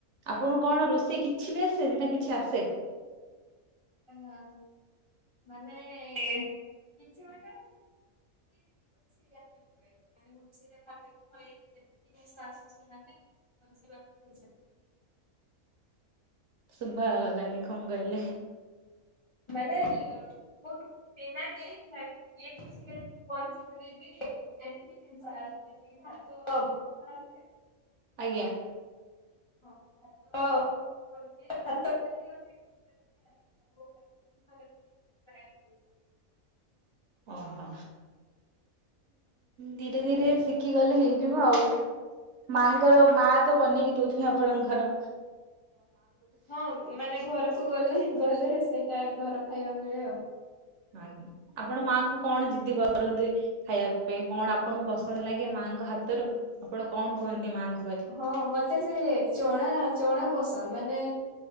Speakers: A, on the right; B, on the left.
A: ଆପଣଙ୍କୁ କଣ
B: ହଁ
A: ରୋଷେଇ କିଛି ବି ଆସେନି ନା କିଛି ଆସେ
B: ହ ମାନେ କିଛି ମାନେ ମୁଁ ସେଇଟ ଭାକ ଜିନିଷ ଆସୁଛି ମାନ <unintelligible> କଣସି ବା <unintelligible>
A: ଶୁଭ ଗଲାନି କଣ କହିଲେ?
B: ମାନେ ମୁଁ ବିନା କେହି ଇଏ କିଛି ମୁ ବଞ୍ଚି ପାରିବି ଯେତିକି ଜିନିସ ଆସେ ଯେମିତିକି ଭାତ ଅ ଭାତ ଆସେ
A: ଆଜ୍ଞା।
B: ଭାତ <unintelligible> ଖାଇ <unintelligible>
A: ଓହୋ ଧୀରେ ଧୀରେ ସି ଶିକିଗଲେ ହେଇଯିବ ଆଉ ମାଆଙ୍କର ମା ତ ବନେଇକି
B: ହଁ
A: ଦଉଥିବେ ଆପଣଙ୍କ ଘର
B: ହଁ ମାନେ ଘରକୁ ଗଲେ ଗଲେ ସେଇଟା ଘର ଖାଇବା ମିଳେ ଆଉ।
A: ଆଜ୍ଞା ଆପଣ ମାଙ୍କୁ କଣ ଜିଦି କରନ୍ତି ଖାଇବା ପାଇଁ କଣ ଆପଣଙ୍କୁ ପସନ୍ଦ ଲାଗେ ମାଙ୍କ ହାତରୁ ଆପଣ କଣ? କୁହନ୍ତି ମା କୁ
B: ହଁ ମତେ ସେ ଚଣା ଚଣା ପସନ୍ଦ ମାନେ